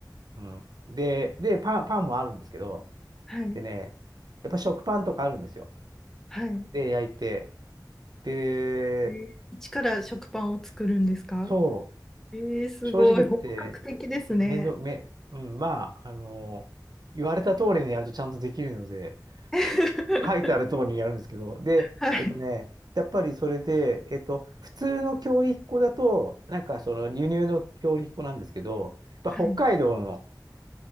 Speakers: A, on the right (about 65°); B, in the centre.
A: うん。で、で、パン、パンもあるんですけど、
B: はい。
A: でね、やっぱ食パンとかあるんですよ。
B: はい。
A: で、焼いて。で、
B: えー一から食パンを作るんですか
A: そ
B: えー、すごい。
A: う、正直言って、
B: 本格的ですね。
A: 面倒、め、うん、まあ、あの、言われた通りにやるとちゃんとできるので、
B: <laughs>
A: 書いてある通りにやるんですけど、で、
B: はい。
A: えっとね、やっぱりそれで、えっと、普通の強力粉だと、なんかその輸入の強力粉なんですけど、やっぱ北海道の
B: はい。